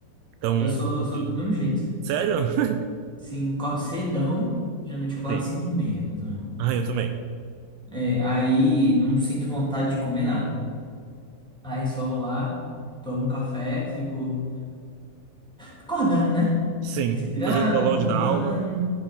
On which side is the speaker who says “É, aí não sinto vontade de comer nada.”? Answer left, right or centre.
Centre